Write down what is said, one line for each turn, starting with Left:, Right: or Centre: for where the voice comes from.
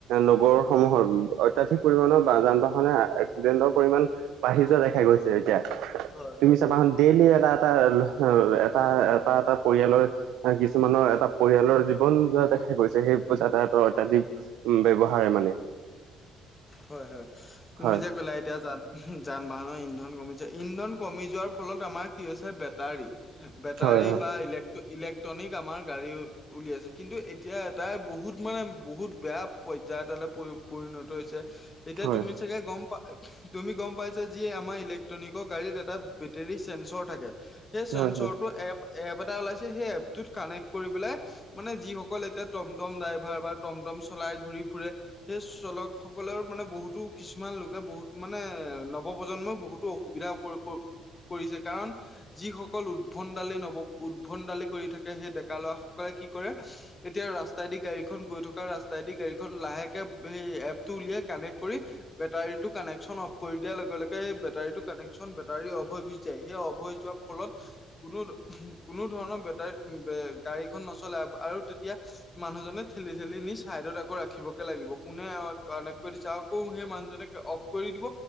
Right: নগৰসমূহত অত্যাধিক পৰিমাণৰ বা যান বাহনে এক্সিডেণ্টৰ পৰিমাণ, বাহি যোৱা দেখা গৈছে, এতিয়া
Left: হয়, হয়।
Right: তুমি চাবা ডেইলি এটা এটা, এটা এটা এটা পৰিয়ালৰ, কিছুমানৰ এটা পৰিয়ালৰ জীৱন যোৱা দেখা গৈছে, সেই যাতায়তৰ অত্যাধিক উম্ ব্যৱহাৰে মানে
Left: হয় হয়, তুমি
Right: হয়।
Left: যে ক'লা এতিয়া যান যান বাহনৰ ইন্ধন কমি যায়, ইন্ধন কমি যোৱাৰ ফলত আমাৰ কি হৈছে বেটাৰী। বেটাৰী
Right: হয় হয়
Left: বা ইলেক-ইলেক্ট্ৰনিক আমাৰ গাড়ী উলিয়াইছে কিন্তু এতিয়া এটাই বহুত মানে বহুত বেয়া পৰ্যায় এটালৈ পৰি-পৰিণত ত হৈছে। এতিয়া
Right: হয়
Left: তুমি চাগে গম পা তুমি গম পাইছাই যি আমাৰ ইলেক্ট্ৰনিক গাড়ীত এটা বেটেৰী চেঞ্চৰ থাকে। সেই
Right: হয়
Left: চেঞ্চৰটো এপ এপ এটা ওলাইছে, সেই এপটোত কানেক্ট কৰি পেলাই মানে যিসকল এতিয়া টমটম ড্ৰাইভাৰ বা টমটম চলাই ঘূৰি ফুৰে সেই চলক সকলেৰো মানে বহুতো কিছুমান লোকে বহুত মানে নৱপ্ৰজন্মই বহুতো অসুবিধা প্ৰ কৰিছে কাৰণ যিসকল উদ্ভন্ডালি নৱ উদ্ভন্ডালি কৰি থাকে সেই ডেকা ল'ৰাসকলে কি কৰে এতিয়া ৰাস্তাইদি গাড়ীখন গৈ থকা ৰাস্তাইদি গাড়ীখন লাহেকে সেই এপ টো উলিয়াই কানেক্ট কৰি বেটাৰীটো কানেকশচন অফ কৰি দিয়াৰ লগে লগে সেই বটাৰীটো কানেকশ্বন বেটাৰী অফ হৈ গুচি যায়, সেই অফ হৈ যোৱা ফলত কোনো কোনো ধৰণৰ বেটাৰী উ, বে-গাড়ীখন নচলে আৰু তেতিয়া মানুহজনে ঠেলি ঠেলি নি ছাইডত আকৌ ৰাখিবগে লাগিব, কোনে আৰু কানেক্ট কৰি দিছ আকৌ সেই মানুহজনে অফ কৰি দিব